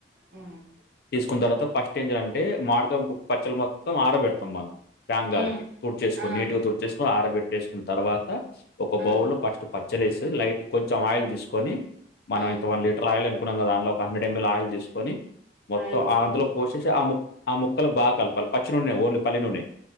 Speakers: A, on the right (about 65°); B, on the left (about 60°).
A: హ్మ్.
B: తీసుకున్న తర్వాత ఫస్ట్ ఏఎంజేయ్యాలె అంటే మాడుతో పచ్చలు మొత్తం ఆరబెడతాం మనం ఫ్యాన్
A: హ్మ్.
B: గాలికికి తుడ్చేసుకొని
A: ఆ!
B: నీటుగా తుడిచేసుకొని ఆరబెట్టేసుకున్న తర్వాత ఒక
A: హ్మ్.
B: బౌల్లో ఫస్ట్ పచ్చలేసి లైట్ కొంచెం ఆయిల్ తీసుకొని మనం
A: హ్మ్.
B: ఇంత వన్ లీటర్ ఆయిల్ అనుకున్నాం గదా దానిలో ఒక హండ్రెడ్ ఎంఎల్ ఆయిల్ తీసుకొని మొత్తం
A: ఆయిల్ తీసుకొని
B: అందులో పోసేసి ఆ ఆ ముక్కలు బాగా కలపాలి పచ్చి నూనె ఓన్లీ పల్లి నూనె